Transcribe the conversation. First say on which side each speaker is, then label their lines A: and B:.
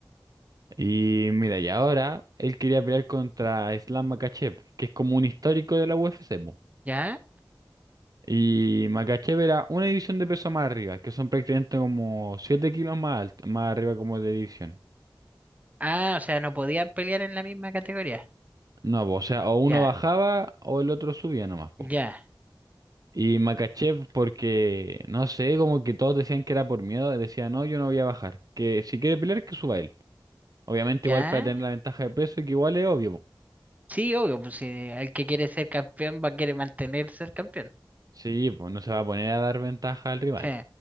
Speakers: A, on the right (about 50°); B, on the right (about 20°).
A: Y mira, y ahora él quería pelear contra Islam Makhachev, que es como un histórico de la UFC, po.
B: ¿Ya?
A: Y Makhachev era una división de peso más arriba, que son prácticamente como 7 kilos más, alt- más arriba como de división.
B: Ah, o sea, no podían pelear en la misma categoría.
A: No, po, o sea, o uno
B: Ya,
A: bajaba o el otro subía nomás, po.
B: ya,
A: Y Makachev, porque no sé, como que todos decían que era por miedo, decía, no, yo no voy a bajar. Que si quiere pelear, que suba él. Obviamente,
B: ya.
A: igual para tener la ventaja de peso, que igual es obvio. po.
B: Sí, obvio, pues si el que quiere ser campeón va a querer mantener ser campeón.
A: Sí, pues no se va a poner a dar ventaja al rival.
B: Sí,